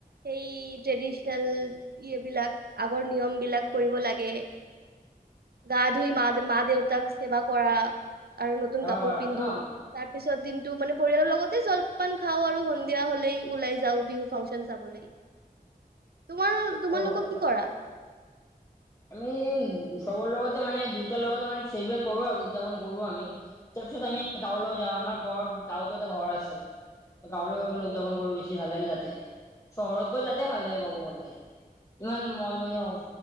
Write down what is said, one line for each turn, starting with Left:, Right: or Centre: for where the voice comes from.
Right: সেই ট্ৰেডিচনেল ইয়বিলাক আগৰ নিয়ম বিলাক কৰিব লাগে গা ধুই মা মা দেউতাক সেৱা কৰা আৰু নতুন
Left: সেৱা
Right: কাপোৰ
Left: কৰাটো
Right: পিন্ধো
Left: ন?
Right: তাৰ পিছত দিনটো মানে পৰিয়ালৰ লগতে জলপান খাও আৰু সন্ধিয়া হলেই ওলাই যাওঁ বিহু ফাংচন চাবলৈ তোমাৰ তোমালোকক
Left: অ
Right: কি কৰা?
Left: আমি উ চবৰ লগতে মানে দেউতাৰ লগতে মানে ফেৰবেৰ কৰো আৰু উদযাপন কৰো আমি তাৰপিছত আমি গাঁৱলৈ যাওঁ আমাৰ ঘৰত গাঁৱতো এটা ঘৰ আছে গাঁৱলৈ গৈনে
Right: অ
Left: উদযাপন কৰ বেছি ভাল লাগে তাতে চহৰতকৈ তাতে ভাল লাগে ক'ব গ'লে ইমান মজমজি হব।